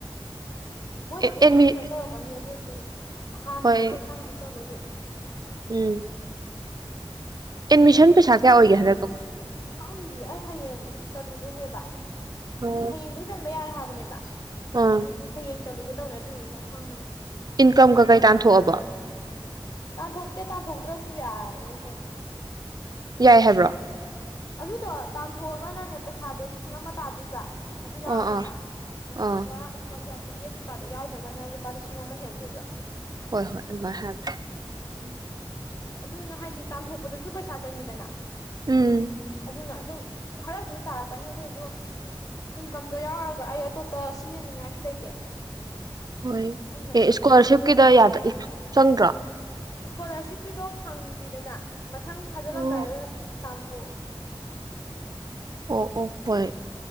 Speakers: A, on the left; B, on the right.
A: ꯃꯣꯏꯅꯕꯨꯗꯤ
B: ꯑꯦ ꯑꯦꯗꯃꯤ
A: ꯔꯤꯐꯟ ꯇꯧꯔꯛꯀꯅꯤ ꯑꯗꯨ ꯐ ꯍꯥꯟꯅꯗꯤ
B: ꯍꯣꯏ
A: ꯑꯩꯈꯣꯏ ꯁꯥꯟꯅ ꯎꯠꯆꯕꯒꯤ
B: ꯎꯝ ꯑꯦꯗꯃꯤꯁꯟ ꯄꯩꯁꯥ ꯀꯌꯥ ꯑꯣꯏꯒꯦ ꯍꯥꯟ
A: ꯈꯪꯗꯤꯌꯦ ꯍꯌꯦꯡ ꯆꯠꯂꯨꯗꯣꯏꯅꯦꯕ
B: ꯑꯣ
A: ꯍꯌꯦꯡꯗꯒꯤ ꯆꯟꯕ ꯌꯥꯔꯦ ꯍꯥꯏꯕ ꯑꯗꯨꯅꯦꯕ
B: ꯑꯥ
A: ꯑꯗꯨꯗꯤ ꯍꯌꯦꯡ ꯆꯠꯂꯨꯒꯦ ꯇꯧꯅ ꯑꯗꯨꯔꯨꯒ ꯈꯪꯅ
B: ꯏꯟꯀꯝꯒ ꯀꯩ ꯇꯥꯟꯊꯣꯛꯑꯕꯣ
A: ꯇꯟꯊꯣꯛꯇꯦ ꯇꯟꯊꯣꯛꯇ꯭ꯔꯁꯨ ꯌꯥꯏ ꯑꯦꯗꯅ
B: ꯌꯥꯏ ꯍꯥꯏꯕ꯭ꯔꯣ
A: ꯑꯗꯨꯗꯣ ꯇꯥꯟꯊꯣꯛꯑꯒꯅꯅꯦ ꯄꯩꯁꯥꯗꯣ ꯂꯤꯁꯤꯡ ꯑꯃ ꯇꯥꯗꯣꯏꯕ ꯑꯗꯨ ꯌꯥꯎꯔꯒꯅ
B: ꯑꯥ ꯑꯥ
A: ꯑꯗꯨꯗꯨꯒ
B: ꯑꯥ
A: ꯏꯟꯀꯝꯖꯥ <unintelligible> ꯁꯤ ꯀꯥꯗꯣ ꯌꯥꯎꯗ꯭ꯔꯒꯅ ꯂꯨꯄꯥ ꯂꯤꯁꯤꯡ ꯂꯤꯁꯤꯡ ꯑꯃ ꯍꯦꯟꯗꯣꯏꯕ
B: ꯍꯣꯏ ꯍꯣꯏ ꯑꯗꯨꯃ ꯍꯥꯏꯕꯅꯦ
A: ꯎꯝ ꯑꯗꯨꯅ ꯍꯥꯏꯗꯤ ꯇꯥꯟꯊꯣꯛꯄꯗꯁꯨ ꯄꯩꯁꯥ ꯁꯥ ꯆꯪꯉꯤꯗꯅ
B: ꯎꯝ
A: ꯑꯗꯨꯅ ꯑꯗꯨꯝ ꯈꯔꯕꯨꯗꯤ ꯇꯥꯔꯛꯀꯅꯤ ꯑꯗꯨꯏꯁꯨ ꯏꯟꯀꯝꯗꯣ ꯌꯥꯎꯔꯒ ꯑꯩ ꯑꯇꯣꯞꯄ ꯁꯤꯖꯅꯤꯡꯉꯥꯏꯁꯨ ꯂꯩꯇꯦ
B: ꯍꯣꯏ
A: ꯑꯗꯨꯅ
B: ꯑꯦ ꯏꯁꯀꯣꯂꯥꯔꯁꯤꯞꯀꯤꯗ
A: ꯇꯥꯟꯊꯣꯛꯑꯔꯣꯏ
B: ꯌꯥ ꯆꯪꯗ꯭ꯔꯣ
A: ꯏꯁꯀꯣꯂꯥꯔꯁꯤꯞꯀꯤꯗꯣ ꯐꯪꯗ꯭ꯔꯤꯗꯅ ꯃꯊꯪ ꯊꯥꯖꯤꯜꯂꯝꯗꯥꯏꯗ
B: ꯑꯣ
A: ꯇꯥꯡꯊꯣ
B: ꯑꯣ ꯑꯣ ꯍꯣꯏ